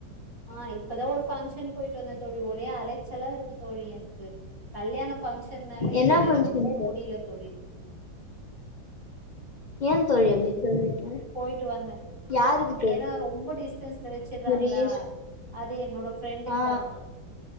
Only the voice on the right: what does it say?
ஆஹ் இப்பதான் ஒரு ஃபங்க்ஷன் போயிட்டு வந்த தோழி ஒரே அலைச்சல்லா இருக்கு தோழி எனக்கு கல்யாண பங்க்ஷன்னாலே
ரொம்ப முடில தோழி
போயிட்டு வந்தே
ஏன்னா ரொம்ப டிஸ்டன்ஸ்ல வச்சிறாங்களா
அது என்னோட ஃப்ரெண்டுக்குதா